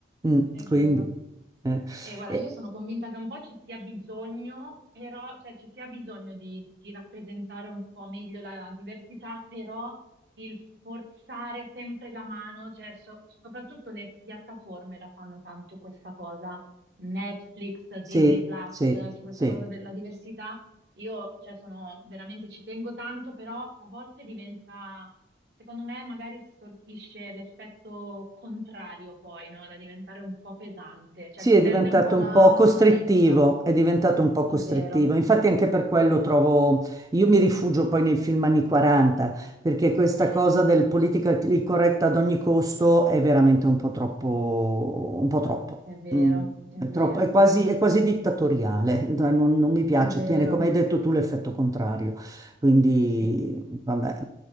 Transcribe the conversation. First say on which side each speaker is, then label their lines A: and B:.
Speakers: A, on the right; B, on the right.
A: Mm,
B: è vero.
A: quindi, eh,
B: E guarda,
A: eh,
B: io sono convinta che un po' ci sia bisogno, però, cioè ci sia bisogno di, di rappresentare un po' meglio la diversità, però il forzare sempre la mano, cioè so- soprattutto le piattaforme la fanno tanto questa cosa, Netflix, Disney
A: sì,
B: Plus,
A: sì,
B: su questa
A: sì.
B: cosa della diversità, io, cioè, sono veramente, ci tengo tanto, però a volte diventa, secondo me, magari si sortisce l'effetto contrario poi, no? Da diventare un po' pesante, cioè
A: Sì,
B: si
A: è
B: perde
A: diventato
B: un po' la
A: un po'
B: naturalezza.
A: costrittivo, è diventato un po'
B: È
A: costrittivo.
B: vero,
A: Infatti anche per quello trovo, io mi rifugio poi nei film anni 40, perché questa
B: eh,
A: cosa del politically correct ad ogni costo è veramente un po' troppo, un po' troppo.
B: è vero,
A: Mm,
B: è
A: è
B: vero,
A: troppo- è quasi, è quasi dittatoriale, da- non, non mi piace,
B: è vero.
A: tiene, come hai detto tu, l'effetto contrario. Quindi,
B: Sì,
A: vabbè,